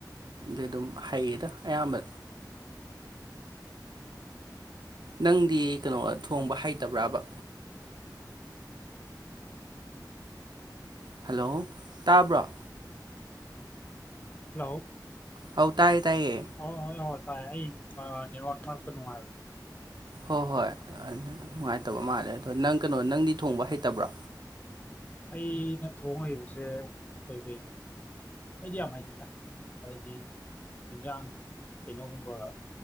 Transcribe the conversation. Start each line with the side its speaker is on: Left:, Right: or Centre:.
Right: ꯑ ꯑꯗꯨꯝ ꯍꯩꯌꯦꯗ ꯑꯌꯥꯝꯕ ꯅꯪꯗꯤ ꯀꯩꯅꯣ ꯊꯣꯡꯕ ꯍꯩꯇꯕ꯭ꯔꯕ ꯍꯜꯂꯣ ꯇꯥꯕ꯭ꯔꯣ
Left: ꯍꯂꯣ
Right: ꯍꯧ ꯇꯥꯏ ꯇꯥꯏꯌꯦ
Left: ꯑꯣ ꯍꯣꯏ ꯍ ꯇꯥꯏ ꯑ ꯅ ꯋꯥ ꯃꯥꯁꯨꯅꯅꯨꯡꯥꯏ
Right: ꯍꯣꯏ ꯍꯣꯏ ꯑꯗꯨ ꯅꯨꯡꯉꯥꯏꯇꯕ ꯃꯥꯜꯂꯦ ꯑꯗꯣ ꯅꯪ ꯀꯩꯅꯣ ꯅꯪꯗꯤ ꯊꯣꯡꯕ ꯍꯩꯇꯕ꯭ꯔꯣ
Left: ꯑꯩꯅ ꯊꯣꯡꯉ ꯍꯩꯕꯁꯦ ꯀꯩ ꯀꯩ ꯍꯥꯏꯗꯤ ꯌꯥꯝ ꯍꯩꯇꯦꯗ ꯍꯥꯏꯗꯤ ꯌꯦꯟꯖꯥꯡ ꯀꯩꯅꯣꯒꯨꯝꯕ